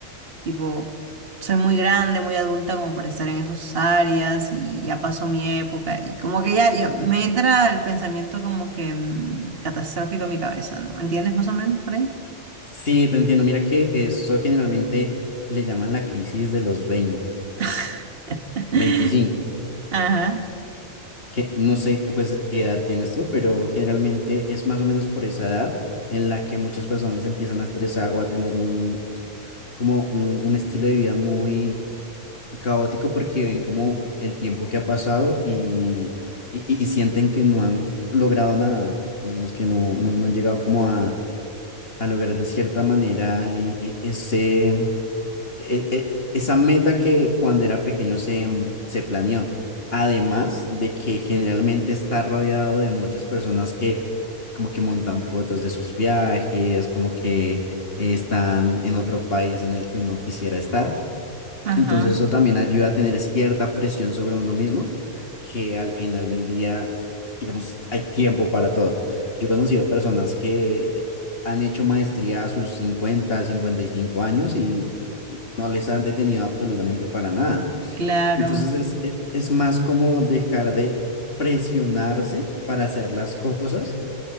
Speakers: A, on the right; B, on the left.
A: Tipo, soy muy grande, muy adulta como para estar en esas áreas y ya pasó mi época y como que ya, ya me entra el pensamiento como que mm, catastrófico en mi cabeza, ¿no? ¿Entiendes más o menos por ahí?
B: Sí, te entiendo. Mira que eso generalmente le llaman la crisis de los 20
A: <laughs>
B: veinticinco
A: Ajá,
B: que no sé qué, pues, qué edad tienes tú, pero generalmente es más o menos por esa edad en la que muchas personas empiezan a estresar o a tener un, como un, un estilo de vida muy caótico porque ven como el tiempo que ha pasado y, y- y y sienten que no han logrado nada, digamos que no, no, no han llegado como a, a lograr de cierta manera eh, eh, ese, eh, eh, esa meta que cuando era pequeño se, mm, se planeó. Además de que generalmente está rodeado de muchas personas que como que montan fotos de sus viajes, como que eh, están en otro país en el que uno quisiera estar.
A: ajá,
B: Entonces eso también ayuda a tener cierta presión sobre uno mismo, que al final del día, digamos, hay tiempo para todo. Yo he conocido personas que eh, han hecho maestría a sus cincuenta cincuenta y cinco años y eh, no les han detenido absolutamente para nada.
A: claro,
B: Entonces es, e- es más como dejar de presionarse para hacer las cosas